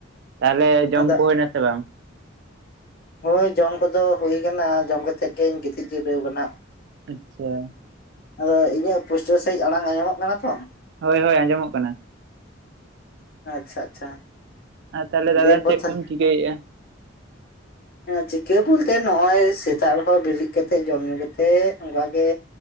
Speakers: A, on the right; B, on the left.
A: ᱛᱟᱦᱚᱞᱮ ᱡᱚᱢ
B: ᱟᱫᱚ
A: ᱠᱚ ᱦᱩᱭ ᱱᱟᱥᱮ ᱵᱟᱝ
B: ᱦᱳᱭ ᱡᱚᱢ ᱠᱚᱫᱚ ᱦᱩᱭ ᱠᱟᱱᱟ ᱡᱚᱢ ᱠᱟᱛᱮᱫ ᱜᱤᱧ ᱜᱤᱛᱤᱡ ᱡᱤᱨᱟᱹᱣ ᱠᱟᱱᱟ
A: ᱟᱪᱪᱷᱟ
B: ᱟᱫᱚ ᱤᱧᱟᱹᱜ ᱯᱩᱥᱴᱟᱹᱣ ᱥᱟᱺᱦᱤᱡ ᱟᱲᱟᱝ ᱟᱸᱡᱚᱢᱚᱜ ᱠᱟᱱᱟ ᱛᱚ
A: ᱦᱳᱭ ᱦᱳᱭ ᱟᱸᱡᱚᱢᱚᱜ ᱠᱟᱱᱟ
B: ᱟᱪᱪᱷᱟ ᱟᱪᱪᱷᱟ
A: ᱟᱨ ᱛᱟᱦᱚᱞᱮ ᱫᱟᱫᱟ
B: ᱫᱤᱭᱮᱯᱚᱨ
A: ᱪᱮᱫ
B: ᱛᱟᱦᱞᱮ
A: ᱠᱚᱢ ᱪᱤᱠᱟᱹᱭᱮᱫᱼᱟ
B: ᱪᱤᱠᱟᱹ ᱵᱚᱞᱛᱮ ᱱᱚᱜᱼᱚᱭ ᱥᱮᱛᱟᱜ ᱨᱮᱦᱚᱸ ᱵᱮᱨᱮᱫ ᱠᱟᱛᱮᱜ ᱡᱚᱢ ᱧᱩ ᱠᱟᱛᱮᱜ ᱚᱱᱠᱟᱜᱮ